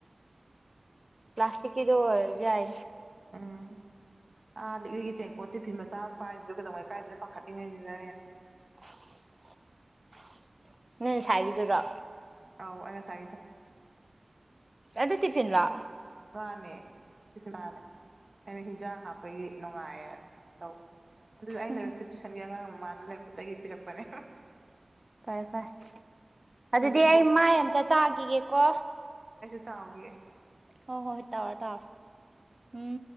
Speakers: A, on the right; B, on the right.
A: ꯄ꯭ꯂꯥꯁꯇꯤꯀꯤꯗꯧꯕꯔꯖꯥꯏ
B: ꯑꯥ ꯑꯥ ꯂꯤꯛꯂꯤꯒꯤ ꯇꯦꯡꯀꯣ ꯇꯤ ꯐꯤꯤꯟ ꯃꯆꯥ ꯃꯄꯥ ꯍꯥꯏꯁꯤꯁꯨ ꯀꯩꯗꯧꯉꯩ ꯀꯥꯏꯗꯅ ꯄꯥꯈꯠꯂꯤꯉꯩꯁꯤꯗ
A: <inaudible> ꯎꯝ ꯁ ꯍꯥꯏꯕꯤꯗꯨꯔꯣ
B: ꯑꯥꯎ ꯑꯉ ꯁꯥꯏꯗꯣ
A: ꯑꯗꯨ ꯇꯤꯐꯤꯟꯂ
B: ꯋꯥꯅꯦ ꯇꯗꯥꯅꯦ ꯑꯅꯤ ꯍꯖꯥ ꯍꯥꯞ ꯑꯩꯈꯣꯏꯒꯤ ꯅꯨꯡꯉꯥꯏ ꯇꯧ ꯑꯗꯨꯗ ꯑꯩꯅ
A: ꯎꯝ
B: ꯂꯥꯏꯕꯛꯇꯤ ꯇꯨꯏꯁꯟꯒꯤ ꯑꯉꯥꯡ ꯃꯃꯥꯅ ꯂꯩꯥꯏꯔꯤꯛꯄꯒꯤ ꯄꯤꯔꯛꯄꯅꯦ
A: ꯐꯔꯦ ꯐꯔꯦ ꯑꯗꯨꯗꯤ
B: ꯍꯣꯏ ꯔꯤꯄꯣꯔꯠ
A: ꯑꯩ ꯃꯥꯏ ꯑꯝꯇ ꯇꯥꯈꯤꯒꯦꯀꯣ
B: ꯇꯌꯦ
A: ꯍꯣꯏ ꯍꯣꯏ ꯍꯣꯏ ꯇꯥꯔ ꯇꯥꯔ ꯎꯝ